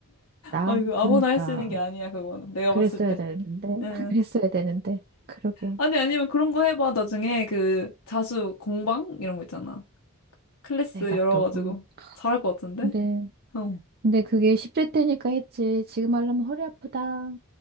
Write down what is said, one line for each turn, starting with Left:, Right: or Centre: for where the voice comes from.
Right: 나,
Left: 아, 이거
Right: 그니까.
Left: 아무나 할 수 있는 게 아니야, 그거는. 내가
Right: 그랬어야
Left: 봤을 때.
Right: 되는데,
Left: 응.
Right: <laughs> 그랬어야 되는데, 그러게.
Left: 아니, 아니면 그런 거 해봐. 나중에 그 자수 공방 이런 거 있잖아. 클래스
Right: 내가
Left: 열어가지고
Right: 또. 음.
Left: 잘할 것 같은데?
Right: 근데,
Left: 어.
Right: 근데 그게 10대 때니까 했지. 지금 하려면 허리 아프다.